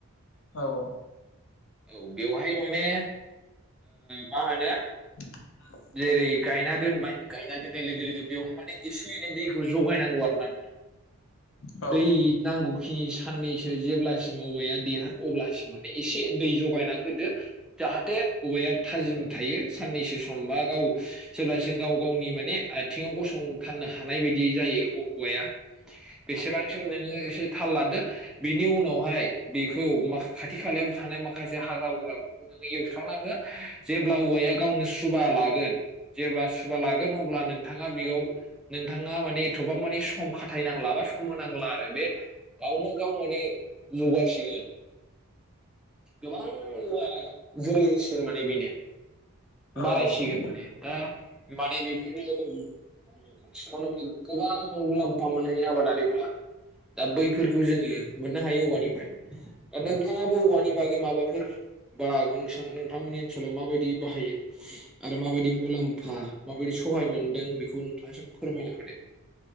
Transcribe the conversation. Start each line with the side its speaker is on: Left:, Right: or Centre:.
Left: औ औ
Centre: औ बेवहाय ओ माने मा होनो
Left: <unintelligible>
Centre: जेरै गायना दोनबाय गायना दोननाय लोगो लोगो बेवहाय माने एसे एनै दैखौ जगायनांगौ आरो ना नोंथां।
Left: औ औ
Centre: दै नांगौ खिनि साननैसो जेब्लासिम औवाया देरहा अब्लासिम माने एसे दै जगायना होदो जाहाथे औवाया थाजिम थायो साननैसो सम बा गाव जेब्लासो गाव गावनि माने आथिङाव गसंथारनो हानाय बायदि जायो औवाया बेसेबांसिम नोङो एसे थाल लादो। बेनि उनावहाय बेखौ मा खाथि खालायाव थानाय माखासे हाग्रा बंग्राफोरखौ नोङो एवस्रांना हो जेब्ला औवाया गावनो सुबा लागोन जेब्ला सुया लागोन अब्ला नोंथाङा बेगयाव नोंथाङा माने एथ'बां माने सम खाथायनांला बा सम होनांला आरो बे गावनो गाव माने जौगासिगोन गोबां औवा जोलैसिगोन माने बेनो।
Left: औ
Centre: बारायसिगोन माने दा माने बेफोरो खनसेयावनो जों गोबां मुलाम्फा मोनोनहायो आबादारिफोरा। दा बैफोरखौ जोङो मोननो हायो औवानिफ्राय दा नोंथाङा बे औवानि बागै माबाफोर बा नोंथांमोननि ओनसोलाव माबायदि बाहायो आरो माबायदि मुलाम्फा माबायदि सहाय मोनदों बेखौ नोंथाङासो फोरमायना होदो।